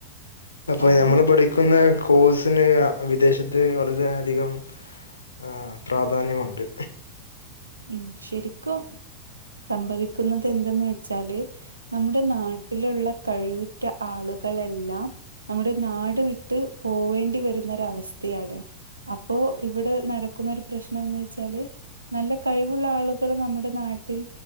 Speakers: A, on the left; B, on the right.
A: അപ്പൊ
B: ആ
A: ഞമ്മള്
B: ഒരു
A: പഠി ക്ക്ന്ന കോഴ്സിന് അ വിദേശത്ത് വളരെയധികം ആഹ് പ്രാധാന്യമുണ്ട്.
B: ഉം ശെരിക്കും സംഭവിക്കുന്നത് എന്തെന്ന് വെച്ചാല് നമ്മടെ നാട്ടിലുള്ള കഴിവുറ്റ ആളുകളെല്ലാം നമ്മടെ നാട് വിട്ട് പോവേണ്ടി വരുന്നൊരവസ്ഥയാണ് അപ് പ്പോ ഇവ്ടെ നടക്കുന്നൊരു പ്രശ്നംന്ന് വെച്ചാല് നല്ല കഴിവുള്ള ആള്കൾ നമ്മുടെ നാട്ടിൽ